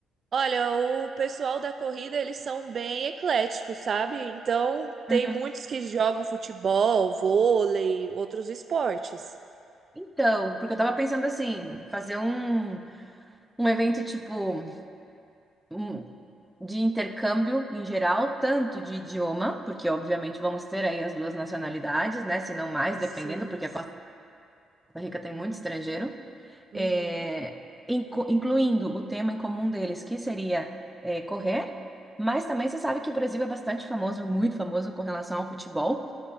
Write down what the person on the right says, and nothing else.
Olha, o pessoal da corrida, eles são bem ecléticos, sabe? Então, tem
muitos que jogam futebol, vôlei, outros esportes.
Sim.
Uhum.